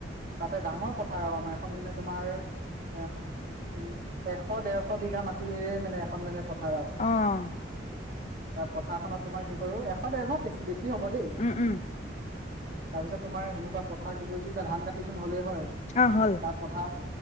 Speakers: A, on the right (about 50°); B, on the left (about 35°).
A: তাতে ডাঙৰ পথাৰ আৰু আমাৰ এখন মানে তোমাৰ অ উ এশ দেৰশ বিঘা মাটিৰে মানে এখন মানে। পথাৰ আৰু
B: অহ।
A: তাৰ পথাৰখনত তোমাৰ কি কৰো এশ ডেৰশ বেছি বেছি হ'ব দেই। তাৰ
B: উম উম
A: পিছত তোমাৰ এনেকুৱা পথাৰ কি কৰিছে এতিয়া ধান কাটি তো নহ'লেই হয়।
B: অহ হ'ল।
A: <unintelligible> পথৰ